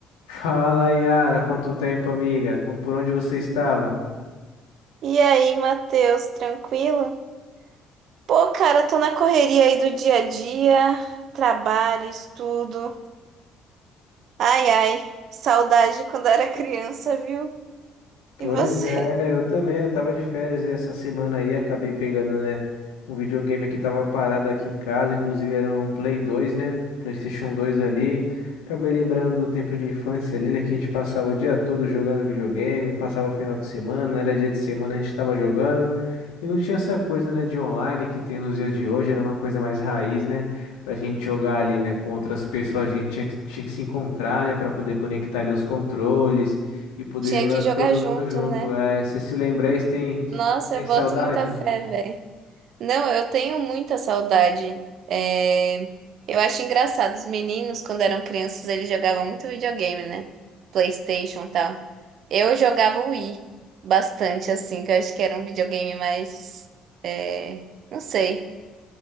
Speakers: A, on the left; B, on the right.
A: Fala, Yara, quanto tempo, amiga? Por onde você estava?
B: E aí, Matheus, tranquilo? Pô, cara, tô na correria aí do dia a dia, trabalho, estudo. Ai, ai, saudade de quando era criança, viu?
A: Pois
B: E você?
A: é, eu também, eu tava de férias e essa semana aí acabei pegando, né, um videogame que tava parado aqui em casa, inclusive era um Play 2 né, PlayStation dois ali. Acabei lembrando do tempo de infância ali, né, que a gente passava o dia todo jogando videogame, passava o final de semana, era dia de semana, a gente tava jogando. E não tinha essa coisa, né, de online que tem nos dias de hoje, era uma coisa mais raiz, né, pra gente jogar ali, né, com outras pessoas, a gente tinha que, tinha que se encontrar, né, pra poder conectar ali os controles
B: <laughs>
A: e poder
B: Tinha
A: jogar
B: que jogar
A: todo
B: junto,
A: mundo junto.
B: né?
A: É, se se lembrar, isso tem,
B: Nossa,
A: tem
B: eu
A: saudade
B: boto muita fé, velho. Não, eu tenho muita saudade. É, Eu acho engraçado. Os meninos, quando eram crianças, eles jogavam muito videogame, né? PlayStation e tal. Eu jogava o Wii bastante, assim, que eu acho que era um videogame mais. é, Não sei.